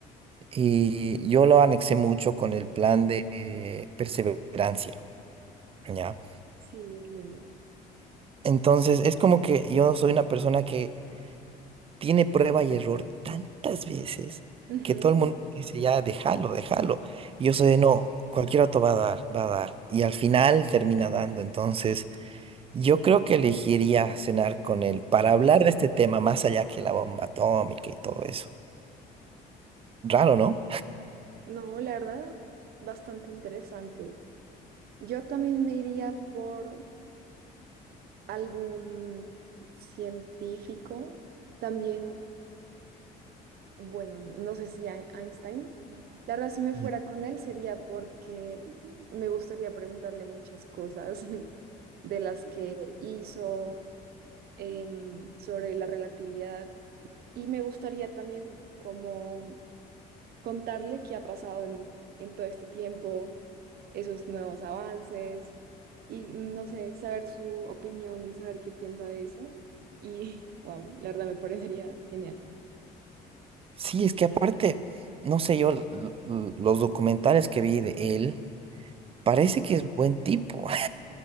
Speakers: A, on the right (about 35°); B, on the right (about 65°).
A: Y yo lo anexé mucho con el plan de eh, perseverancia. ¿ya?
B: Sí, es lindo.
A: Entonces, es como que yo soy una persona que tiene prueba y error tantas veces
B: Ujú.
A: que todo el mundo dice, ya, déjalo, déjalo. Y yo soy de, no, cualquier auto va a dar, va a dar. Y al final termina dando. Entonces, yo creo que elegiría cenar con él para hablar de este tema más allá que la bomba atómica y todo eso. Raro, ¿no?
B: No, la verdad, bastante interesante. Yo también me iría por algún científico, también, bueno, no sé si Ein- Einstein. La verdad, si me fuera
A: Ya.
B: con él sería porque me gustaría preguntarle muchas cosas <laughs> de las que hizo, em, sobre la relatividad y me gustaría también como contarle qué ha pasado en, en todo este tiempo, esos nuevos avances y no sé, saber su opinión y saber qué piensa de eso. Y <laughs> wow, la verdad me parecería genial.
A: Sí, es que aparte, no sé yo, l- l- los documentales que vi de él, parece que es buen tipo.